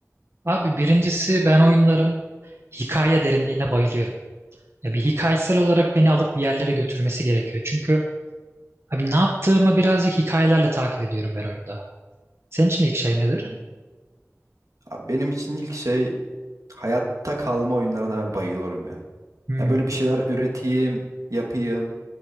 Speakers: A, on the right; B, on the right.
A: Abi birincisi ben oyunların hikaye derinliğine bayılıyorum. Ya bir hikayesel olarak beni alıp bir yerlere götürmesi gerekiyor. Çünkü abi ne yaptığımı birazcık hikayelerle takip ediyorum ben oyunda. Senin için ilk şey nedir?
B: Hı hı. Abi benim için ilk şey Hayatta kalma oyunlarına ben bayılıyorum ya.
A: Hmm.
B: Ya böyle bir şeyler üreteyim, yapayım,